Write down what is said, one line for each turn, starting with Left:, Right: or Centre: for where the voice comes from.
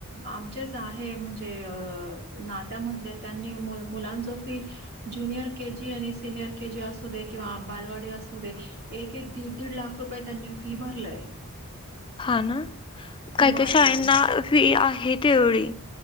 Right: आमचेच आहे म्हणजे नात्यामधले त्यांनी मु मुलांच फी ज्युनियर के जी आणि सिनियर के जी असू दे किंवा बालवाडी असू दे एक एक दीड दीड लाख रुपये त्यांनी फी भरलाय.
Left: हा ना. काही
Right: वाढलंय
Left: काही शाळना फी आहे तेवढी